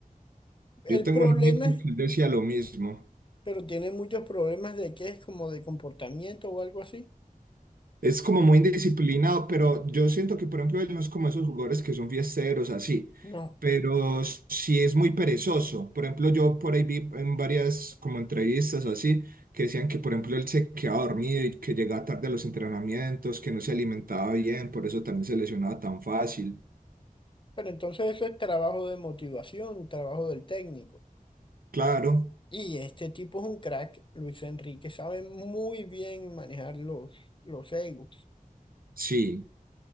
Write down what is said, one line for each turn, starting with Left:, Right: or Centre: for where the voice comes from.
Left: El
Right: yo tengo
Left: problema
Right: un amigo
Left: es,
Right: que él decía lo mismo.
Left: pero tiene muchos problemas de que es como de comportamiento o algo así.
Right: Es como muy indisciplinado, pero yo siento que, por ejemplo, él no es como esos jugadores que son fiesteros así,
Left: No.
Right: pero sí es muy perezoso. Por ejemplo, yo por ahí vi en varias como entrevistas o así, que decían que, por ejemplo, él se quedaba dormido y que llegaba tarde a los entrenamientos, que no se alimentaba bien, por eso también se lesionaba tan fácil.
Left: Pero entonces eso es trabajo de motivación, trabajo del técnico.
Right: Claro,
Left: Y este tipo es un crack, Luis Enrique, sabe muy bien manejar los, los egos.
Right: sí,